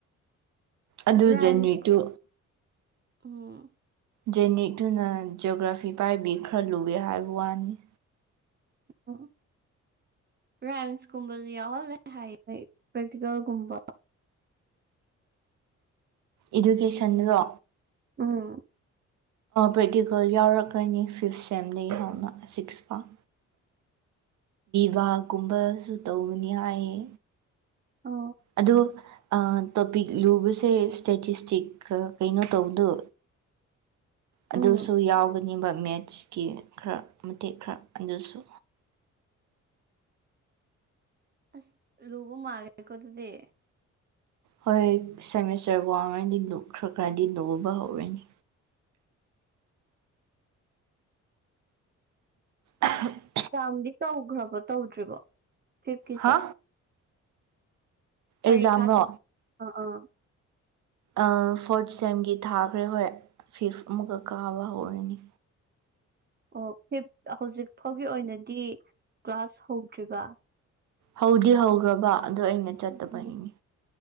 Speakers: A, on the right (about 70°); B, on the right (about 35°).
A: ꯑꯗꯨ
B: ꯔꯥꯏꯝꯁ
A: ꯖꯦꯅꯔꯤꯛꯇꯨ
B: ꯎꯝ
A: ꯖꯦꯅꯤꯛꯇꯨꯅ ꯖꯤꯑꯣꯒ꯭ꯔꯥꯐꯤ ꯄꯥꯏꯕꯤ ꯈꯔ ꯂꯨꯏꯌꯦ ꯍꯥꯏꯕ ꯋꯥꯅꯤ꯫
B: ꯑꯣ꯫ ꯔꯥꯏꯁꯀꯨꯝꯕ ꯌꯥꯎꯜ ꯍꯥꯏ ꯀ꯭ꯔꯦꯇꯤꯀꯦꯜꯒꯨꯝꯕ
A: ꯏꯗꯨꯀꯦꯁꯟꯔꯣ
B: ꯎꯝ
A: ꯄ꯭ꯔꯦꯛꯇꯤꯀꯜ ꯌꯥꯎꯔꯛꯈ꯭ꯔꯅꯤ ꯐꯤꯐ ꯁꯦꯝꯗꯒꯤꯩ ꯍꯧꯅ ꯁꯤꯛꯁ ꯄꯥ ꯕꯥꯀꯨꯝꯕꯁꯨ ꯇꯧꯅꯤ ꯍꯥꯏꯌꯦ
B: ꯑ
A: ꯑꯗ ꯇꯣꯄꯤꯛ ꯂꯨꯕꯁꯦ ꯁ꯭ꯇꯦꯇꯤꯁꯇꯤꯛ ꯀꯩꯅꯣ ꯇꯧꯕꯗꯣ
B: ꯎꯝ
A: ꯑꯗꯨꯁꯨ ꯌꯥꯎꯒꯅꯦꯕ ꯃꯦꯠꯁꯀꯤ ꯈꯔ ꯃꯇꯦꯛ ꯈꯔ ꯑꯗꯨꯁꯨ
B: ꯑꯁ ꯂꯨꯕ ꯃꯥꯜꯔꯦꯀꯣ ꯑꯗꯨꯗꯤ
A: ꯍꯣꯏ ꯁꯦꯃꯤꯁꯇꯔꯐꯥꯎꯔꯉꯩꯗꯤ ꯈꯔ ꯈꯔꯗꯤ ꯂꯨꯕ ꯍꯧꯔꯅꯤ ꯎ
B: ꯑꯦꯛ ꯆꯥꯝꯗꯤ ꯇꯧꯈ꯭ꯔꯕꯣ ꯇꯧꯗ꯭ꯔꯤꯕꯣ ꯐꯤꯐꯀꯤꯁꯦ
A: ꯍꯥ
B: ꯄꯔꯤꯈꯥ
A: ꯑꯦꯛꯖꯥꯝꯔꯣ
B: ꯑ ꯑ
A: ꯑꯥ ꯐꯣꯔꯠ ꯁꯦꯝꯒꯤ ꯊꯥꯈ꯭ꯔꯦ ꯍꯣꯏ ꯐꯤꯐ ꯑꯃꯨꯛꯀ ꯀꯥꯕ ꯍꯧꯔꯅꯤ꯫
B: ꯑꯣ ꯐꯤꯐ ꯍꯧꯖꯤꯛ ꯐꯥꯎꯒꯤ ꯑꯣꯏꯅꯗꯤ ꯀ꯭ꯂꯥꯁ ꯍꯧꯗ꯭ꯔꯤꯕ꯫
A: ꯍꯧꯗꯤ ꯍꯧꯒ꯭ꯔꯕ ꯑꯗꯨ ꯑꯩꯅ ꯆꯠꯇꯕꯒꯤꯅꯤ
B: ꯎꯝ ꯎꯝ